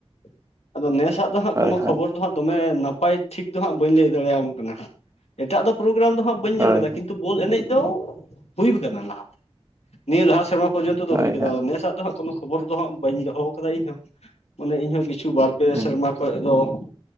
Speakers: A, on the left (about 80°); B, on the right (about 30°).
A: ᱾ ᱟᱫᱚ ᱱᱮᱥᱟᱜ ᱫᱚ ᱦᱟᱸᱜ,
B: ᱦᱳᱭ
A: ᱠᱚᱱᱳ
B: ᱦᱳᱭ
A: ᱠᱷᱚᱵᱚᱨ ᱫᱚ ᱦᱟᱸᱜ ᱫᱚᱢᱮ ᱱᱟᱯᱟᱭ ᱴᱷᱤᱠ ᱫᱚ ᱦᱟᱸᱜ, ᱵᱟᱹᱧ ᱞᱟᱹᱭ ᱫᱟᱲᱮᱭᱟᱢ ᱠᱟᱱᱟ ᱦᱟᱸᱜ, ᱮᱴᱟᱜ ᱫᱚ ᱯᱨᱳᱜᱨᱟᱢ ᱫᱚ ᱦᱟᱸᱜ, ᱵᱟᱹᱧ ᱧᱮᱞ
B: ᱦᱳᱭ
A: ᱟᱠᱟᱫᱟ, ᱠᱤᱱᱛᱩ ᱵᱚᱞ ᱮᱱᱮᱡ ᱫᱚ, ᱦᱩᱭ ᱣᱟᱠᱟᱵᱱᱟᱷ, ᱱᱤᱭᱟᱹ ᱞᱟᱦᱟ ᱥᱮᱨᱢᱟ ᱯᱚᱨᱡᱚᱱᱛᱚ ᱫᱚ
B: ᱦᱳᱭ
A: ᱦᱩᱭ ᱟᱠᱟᱱᱟ
B: ᱦᱳᱭ
A: ᱾ ᱱᱮᱥᱟᱜ ᱫᱚ ᱠᱳᱱᱚ ᱠᱷᱚᱵᱚᱨ ᱫᱚ ᱦᱟᱸᱜ, ᱵᱟᱹᱧ ᱫᱚᱦᱚ ᱟᱠᱟᱫᱟ, ᱤᱧᱦᱚᱸ, ᱢᱟᱱᱮ ᱤᱧ ᱦᱚᱸ ᱠᱤᱪᱷᱩ ᱵᱟᱨ ᱯᱮ
B: ᱦᱩᱸ
A: ᱥᱮᱨᱢᱟ ᱠᱷᱚᱡ ᱫᱚ,